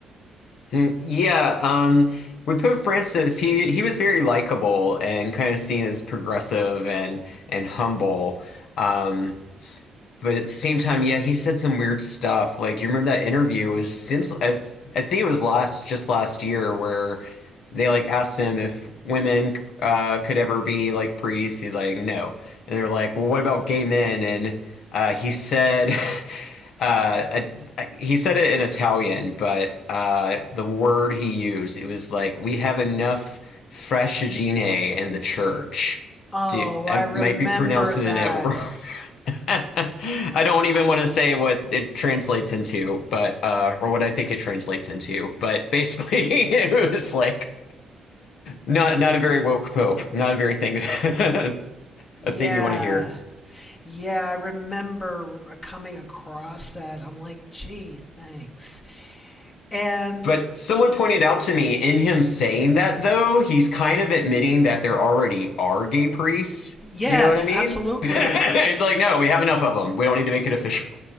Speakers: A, on the left (about 75°); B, on the left (about 35°).
A: Mm, yeah, um, we put Francis, he, he was very likable and kind of seen as progressive and, and humble. Um, but at the same time, yeah, he said some weird stuff. Like, do you remember that interview? It was, seems I, th- I think it was last just last year where they like asked him if women uh, could ever be like priests. He's like, no. And they're like, well, what about gay men? And uh, he said. <laughs> Uh, I, he said it in Italian, but uh, the word he used, it was like, we have enough frashigine in the church.
B: Oh,
A: Do, I
B: I remember
A: might be pronouncing
B: that.
A: it at work. <laughs> <laughs> I don't even
B: I-
A: want to say what it translates into, but uh, or what I think it translates into, but basically <laughs> it was like not not a very woke pope, not a very thing <laughs>
B: yeah.
A: a thing you want to hear.
B: Yeah, I remember coming across that. I'm like, gee, thanks. And
A: But someone pointed out to me in him saying that though, he's kind of admitting that there already are gay priests.
B: yes,
A: You know what I mean?
B: absolutely.
A: <laughs> it's like no, we have enough of them. We don't need to make it official.